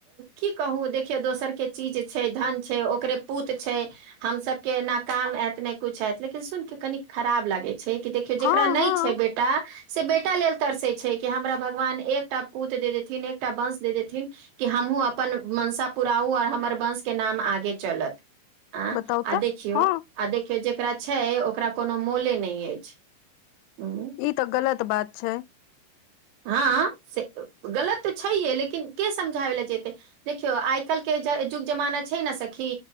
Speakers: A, on the right; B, on the left.
A: की कहू देखियौ दोसर के चीज छै, धन छै ओ ओकरे पूत छै, हम सब के नाकाम आयत ने कुछ है, लेकिन सुन के कनी खराब लागे छै, कि देखियौ जेकरा
B: हँ
A: नहि
B: हँ
A: छै बेटा से बेटा लेल तरसे छै, कि हमरा भगवान एकटा पूत दे देथिन एकटा वंश देथिन कि हमहुूँ अपन मंसा पुराउ, आओर हमर वंश के नाम आगे चलत। आ
B: बताउ
A: आ
B: तऽ
A: देखियौ
B: हँ
A: आ देखियौ जेकरा छै ओ ओकरा कोनो मोले नहि अछि। हूँ
B: ई तऽ गलत बात छै।
A: हँ से गलत तऽ छैे लेकिन के समझ जेैते, देखियौ आइ काल्हिुके जुग जमाना छै ने सखी